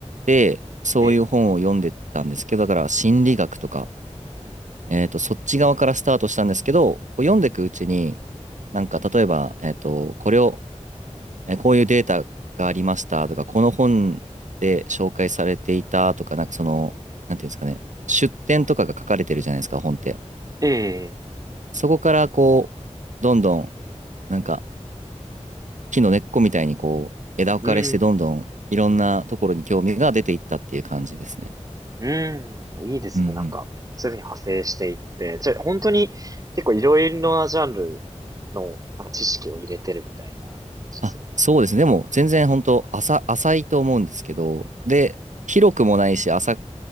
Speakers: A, on the right; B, on the right.
A: て、そういう本を読んでたんですけど、
B: ええ、
A: だから心理学とか、
B: うん、うんうん
A: えっと、そっち側からスタートしたんですけど、こう読んでいくうちに、なんか例えば、えっと、これを、えーこういうデータがありましたとか、この本で紹介されていたとか、なんかその、なんていうんですかね、出典とかが書かれてるじゃないですか、本って。
B: ええ、
A: そこからこう、どんどん、なんか、木の根っこみたいにこう、枝分かれしてどんどんいろんなところに興味が出ていったっていう感じですね。
B: うん、うん。うん、いいですね。
A: うんうん。
B: なんか、そういうふうに派生していって。じゃあ、本当に結構いろいろなジャンルのなんか知識を入れてるみたいな感じですよ
A: あ、そうですね。でも全然本当浅、浅いと思うんですけど、で、
B: ね
A: 広くもないし、浅、